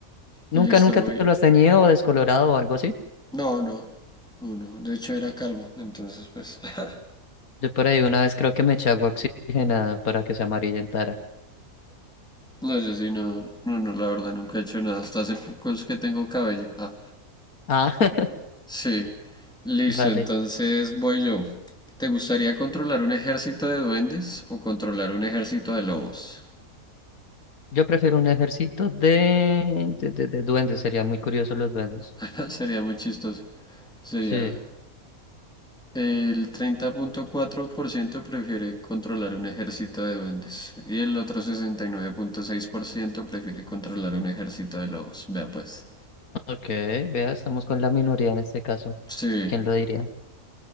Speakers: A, on the left; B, in the centre.
A: ¿Nunca,
B: listo,
A: nunca
B: voy.
A: te lo has teñido o descolorado o algo así?
B: No, no, no, no, de hecho era calvo, entonces pues... <laughs>
A: Yo por ahí una vez creo que me eché agua oxigenada para que se amarillentara.
B: No, yo sí, no, no, no, la verdad nunca he hecho nada. Hasta hace poco es que tengo cabello. Ah.
A: Ah, <laughs>
B: Sí, listo,
A: vale.
B: entonces voy yo. ¿Te gustaría controlar un ejército de duendes o controlar un ejército de lobos?
A: Yo prefiero un ejército de, de, de, de duendes, serían muy curiosos los duendes.
B: <laughs> Sería muy chistoso. Sería
A: Sí,
B: el treinta punto cuatro por ciento prefiere controlar un ejército de duendes y el otro sesenta y nueve punto seis por ciento prefiere controlar un ejército de lobos. Vea pues.
A: ok, Vea, estamos con la minoría en este caso.
B: Sí,
A: ¿Quién lo diría?